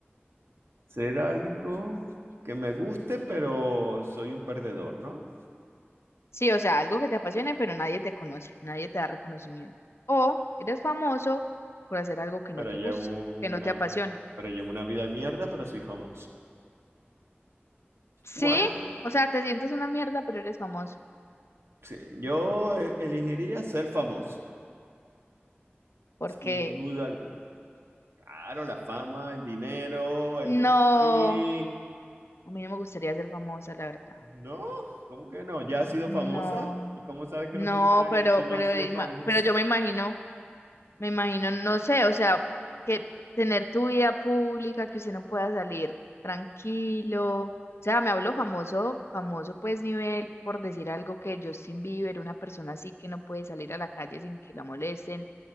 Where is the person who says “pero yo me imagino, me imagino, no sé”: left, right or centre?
Left